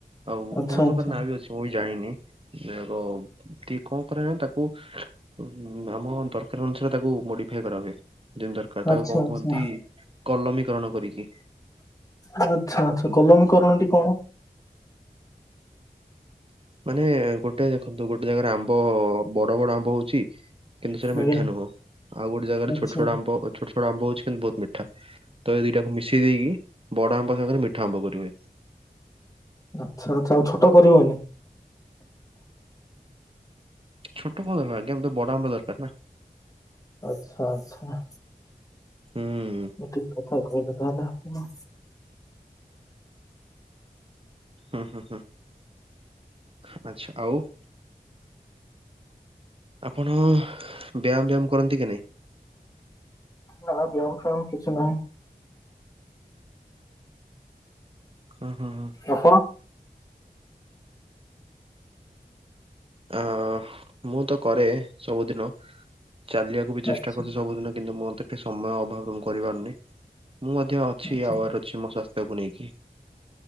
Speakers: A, on the right; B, on the left.
A: ଆଉ
B: ଆଚ୍ଛା
A: ବହୁତ
B: ଆଚ୍ଛା।
A: ପ୍ରକାର ନାଁ ବି ଅଛି। ମୁଁ ବି ଜାଣିନି। ଏହା ଏକ ଟି କଣ କରାଯାଏ ତାକୁ ଅଁ, ଉଁ, ଆମ ଦରକାର ଅନୁସାରେ ତାକୁ ମୋଡିଫାଏ କରା ହୁଏ। ଯେମତି ଦରକାର, ତାକୁ
B: ଆଚ୍ଛା
A: କଣ
B: ଆଚ୍ଛା
A: କୁହନ୍ତି କଲମୀକରଣ କରିକି।
B: ଆଚ୍ଛା, ଆଚ୍ଛା, କଲମୀକରରଣ ଟି କଣ?
A: ମାନେ ଗୋଟେ ଦେଖନ୍ତୁ ଗୋଟେ ଜାଗାରେ ଆମ୍ବ ବଡ ବଡ ଆମ୍ବ ହଉଚି। କିନ୍ତୁ ସେଟା ମିଠା
B: ଆଜ୍ଞା
A: ନୁହଁ। ଆଉ ଗୋଟେ ଜାଗାରେ
B: ଆଚ୍ଛା।
A: ଛୋଟ ଛୋଟ ଆମ୍ବ ଅ, ଛୋଟ ଛୋ ଟ ଆମ୍ବ ହଉଛି କିନ୍ତୁ ବହୁତ ମିଠାତ ଏଇ ଦିଟାକୁ ମିଶେଇ ଦେଇକି ବଡ ଆମ୍ବ ସାଙ୍ଗରେ ମିଠା ଆମ୍ବ କରିବେ।
B: ଆଚ୍ଛା, ଆଚ୍ଛା, ଆଉ ଛୋଟ କରିହବନି?
A: ଛୋଟ କଣ ଦରକାର ଆଜ୍ଞା ଆମେ ତ ବଡ ଆମ୍ବ ଦରକାର ନା।
B: ଆଚ୍ଛା, ଆଚ୍ଛା।
A: ହୁଁ।
B: ଗୋଟିଏ କଥା କହିଲେ ତାହାଲେ ଆପଣ।
A: ହଁ, ହଁ, ହଁ ଆଚ୍ଛା ଆଉ। ଆପଣ ବ୍ୟାୟାମ ବ୍ୟାୟାମ କରନ୍ତି କି ନାଇ?
B: ନା ବ୍ୟାୟାମ ଫ୍ୟାୟାମ କିଛି ନାହିଁ।
A: ଅଁ, ହଁ, ହଁ।
B: ଆପଣ?
A: ଆ, ହୋ, ହୋ, ମୁଁ ତ କରେ ସବୁଦିନ। ଚାଲିବା କୁ ବି ଚେଷ୍ଟା
B: ଆଚ୍ଛା
A: କରୁଚି ସବୁ ଦିନ କିନ୍ତୁ ମୋତେ ଫେ ସମୟ ଅଭାବରୁ ମୁଁ କରିପାରୁନି। ମୁଁ ମଧ୍ୟ ଅଛି
B: ଆଚ୍ଛା
A: ଆଉ ଆର ଛି ମୋ ସ୍ୱାସ୍ଥ୍ୟ କୁ ନେଇକି।